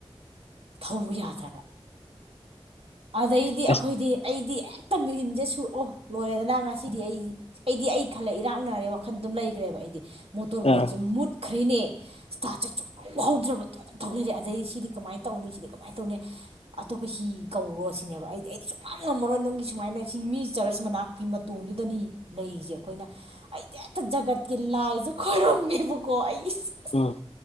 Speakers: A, on the right (about 75°); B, on the left (about 85°).
A: ꯊꯧ ꯌꯥꯗ꯭ꯔꯕ ꯑꯗꯩꯗꯤ
B: ꯑꯁ
A: ꯑꯩꯈꯣꯏꯗꯤ ꯑꯩꯗꯤ ꯍꯦꯛꯇ ꯃꯍꯟꯁꯦ ꯁꯨꯔꯑꯣ ꯂꯣꯏꯔꯦꯗꯅ ꯉꯁꯤꯗꯤ ꯑꯩꯗꯤ ꯑꯩꯗꯤ ꯑꯩ ꯈꯜꯂꯦ ꯏꯔꯥꯛꯅꯔꯦ ꯋꯥꯈꯜ ꯑꯗꯨꯝ ꯂꯩꯈ꯭ꯔꯦꯕ ꯑꯩꯗꯤ ꯃꯣꯇꯣꯔꯕꯣꯠꯁꯦ
B: ꯑꯥ
A: ꯃꯨꯠꯈ꯭ꯔꯔꯤꯅꯦ ꯏꯁꯇꯥ ꯆ ꯆꯥꯎꯍꯥꯎꯗ꯭ꯔꯕꯗꯣ ꯑꯗꯨꯝ ꯊꯧ ꯂꯩꯔꯦ ꯑꯗꯩꯗꯤ ꯁꯤꯗꯤ ꯀꯃꯥꯏꯅ ꯇꯧꯅꯤ ꯁꯤꯗꯤ ꯀꯃꯥꯏꯅ ꯇꯧꯅꯤ ꯑꯇꯣꯞꯄ ꯍꯤ ꯀꯧꯔꯣ ꯁꯤꯅꯦꯕ ꯑꯩꯗꯤ ꯑꯩꯗꯤ ꯁꯨꯡ ꯉꯝꯃꯔꯣꯏ ꯅꯪꯒꯤ ꯁꯨꯃꯥꯏꯅ ꯁꯤꯤꯡ ꯃꯤ ꯆꯔꯁ ꯃꯅꯥꯛꯀꯤ ꯃꯇꯣꯟꯗꯨꯗꯅꯤ ꯂꯩꯁꯦ ꯑꯩꯈꯣꯏꯅ ꯑꯩꯗꯤ ꯍꯦꯛꯇ ꯖꯒꯠꯀꯤ ꯂꯥꯏꯁꯦ ꯈꯣꯏꯔꯝꯃꯦꯕꯀꯣ ꯑꯩ ꯑꯁ
B: ꯎꯝ